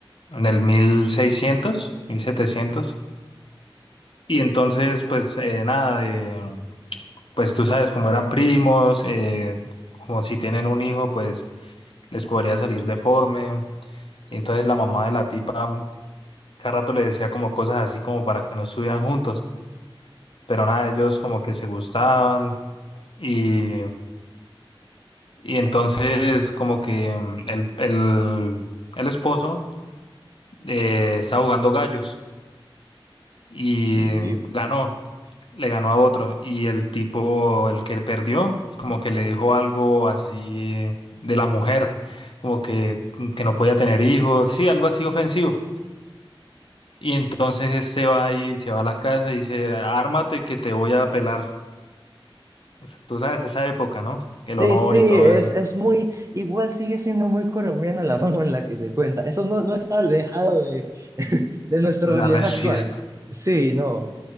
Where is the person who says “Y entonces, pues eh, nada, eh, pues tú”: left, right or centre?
Left